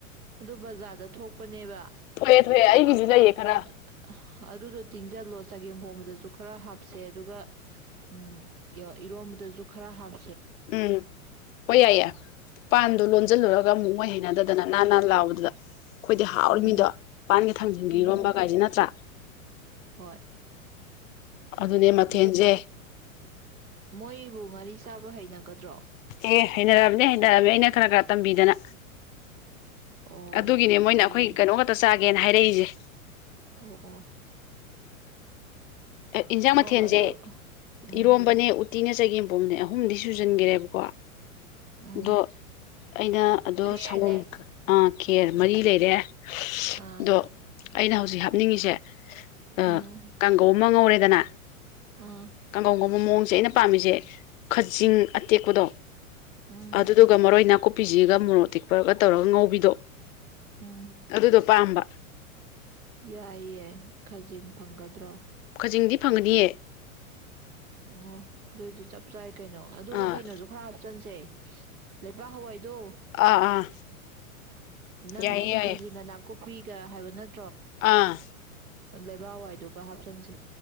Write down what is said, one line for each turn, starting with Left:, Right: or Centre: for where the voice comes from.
Right: ꯑꯗꯨ ꯕꯖꯥꯔꯗ ꯊꯣꯛꯄꯅꯦꯕ
Left: ꯊꯣꯛꯑꯦ ꯊꯣꯛꯑꯦ ꯑꯩꯒꯤꯁꯨ ꯂꯩꯌꯦ ꯈꯔ
Right: ꯑꯗꯨ ꯑꯍ ꯑꯗꯨꯗꯣ ꯇꯤꯡꯖꯜꯂꯣ ꯆꯒꯦꯝ ꯍꯣꯝꯕꯗꯁꯨ ꯈꯔ ꯍꯥꯞꯁꯦ ꯑꯗꯨꯒ ꯎꯝ ꯏꯔꯣꯝꯕꯗꯁꯨ ꯈꯔ ꯍꯥꯞ
Left: ꯎꯝ ꯍꯣꯏ ꯌꯥꯏꯌꯦ ꯄꯥꯟꯗꯣ ꯂꯣꯟ ꯍꯥꯏꯖꯤꯜꯂꯨꯔꯒ ꯑꯃꯨꯛ ꯃꯣꯏ ꯍꯩꯅꯗꯗꯅ ꯅꯅꯥꯥꯟ ꯅꯅꯥꯥꯟ ꯂꯥꯎꯕꯗꯨꯗ ꯑꯩꯈꯣꯏꯗꯤ ꯍꯥꯎꯔꯤ
Right: ꯎꯝ
Left: ꯃꯤꯗꯣ ꯄꯥꯟꯒ ꯊꯥꯡꯖꯤꯡꯒ
Right: ꯎꯝ
Left: ꯏꯔꯣꯝꯕ ꯀꯥꯏꯁꯦ ꯅꯠꯇ꯭ꯔꯥ
Right: ꯍꯣꯏ
Left: ꯑꯗꯨꯅꯦ ꯃꯊꯦꯜꯁꯦ
Right: ꯑꯗꯨꯅ ꯃꯣꯏꯕꯨ ꯉꯔꯤ ꯆꯥꯕ ꯍꯩꯅꯒꯗ꯭ꯔꯣ
Left: ꯑꯦ ꯍꯩꯅꯔꯕꯅꯦ ꯍꯩꯅꯔꯕꯅꯦ ꯑꯩꯅ ꯈꯔ ꯈꯔ ꯇꯝꯕꯤꯗꯅ
Right: ꯑꯣ
Left: ꯑꯗꯨꯒꯤꯅꯦ ꯃꯣꯏꯅ
Right: ꯐꯩꯅꯦ
Left: ꯑꯩꯈꯣꯏ ꯀꯩꯅꯣ ꯈꯛꯇ ꯆꯥꯏ ꯒꯦꯅ ꯍꯥꯏꯔꯛꯏꯁꯦ
Right: ꯑꯣ ꯑꯣ
Left: ꯏꯟꯖꯥꯡ
Right: ꯑꯣ
Left: ꯃꯊꯦꯜꯁꯦ
Right: ꯑꯗꯨ ꯎꯝ
Left: ꯏꯔꯣꯝꯕꯅꯦ ꯎꯠ ꯇꯤꯅ ꯆꯒ ꯃ ꯄꯣ ꯑꯃꯅꯦ ꯑꯍꯨꯝꯗꯤ ꯁꯨꯖꯟꯈꯔꯦꯕꯀꯣ
Right: ꯎꯝ
Left: ꯑꯗꯣ ꯑꯩꯅ ꯑꯗꯣ
Right: ꯈꯦꯔꯅꯦ
Left: ꯁꯡꯒꯣꯝ ꯑ ꯈꯦꯔ ꯃꯔꯤ ꯂꯩꯔꯦ
Right: ꯑꯥ
Left: ꯑꯗꯣ ꯑꯩꯅ ꯍꯧꯖꯤꯛ ꯍꯥꯞꯅꯤꯡꯉꯤꯁꯦ ꯑ
Right: ꯑꯥ
Left: ꯀꯥꯡꯒꯧ ꯑꯃ ꯉꯧꯔꯦꯗꯅ
Right: ꯑꯥ
Left: ꯀꯥꯡꯒꯧꯉꯧꯕ ꯃꯑꯣꯡꯁꯦ ꯑꯩꯅ ꯄꯝꯃꯤꯖꯦ ꯈꯖꯤꯡ ꯑꯇꯦꯛꯄꯗꯣ
Right: ꯎꯝ
Left: ꯑꯗꯨꯗꯨꯒ ꯃꯔꯣꯏ ꯅꯥꯀꯨꯞ ꯄꯤꯖꯤꯒ ꯃꯣꯔꯣꯛ ꯇꯤꯛꯄꯔꯒ ꯇꯧꯔꯒ ꯉꯥꯎꯤꯗꯣ
Right: ꯎꯝ
Left: ꯑꯗꯨꯗꯣ ꯄꯥꯝꯕ
Right: ꯌꯥꯏꯌꯦ ꯈꯥꯖꯤꯡ ꯐꯪꯒꯗ꯭ꯔꯣ
Left: ꯈꯥꯖꯤꯡꯗꯤ ꯐꯪꯒꯅꯤꯌꯦ
Right: ꯑꯣ ꯑꯗꯨꯁꯨ ꯆꯞ ꯆꯥꯏ ꯀꯩꯅꯣ ꯑꯗꯨꯒ
Left: ꯑꯥ
Right: ꯀꯩꯅꯣꯁꯨ ꯈꯔ ꯍꯥꯞꯆꯟꯁꯦ ꯂꯩꯕꯥꯛ ꯍꯥꯋꯥꯏ ꯑꯗꯣ
Left: ꯑꯥ ꯑꯥ
Right: ꯅꯪ
Left: ꯌꯥꯏꯌꯦ
Right: ꯍꯥꯏꯁꯦ
Left: ꯌꯥꯏꯌꯦ
Right: ꯈꯖꯤꯛꯒ ꯅꯀꯨꯞ ꯍꯨꯏꯒ ꯍꯥꯏꯕ ꯅꯠ
Left: ꯑꯥ
Right: ꯂꯩꯕꯥꯛ ꯍꯋꯥꯏꯗꯨꯒ ꯍꯥꯞꯆꯤꯟꯁꯤ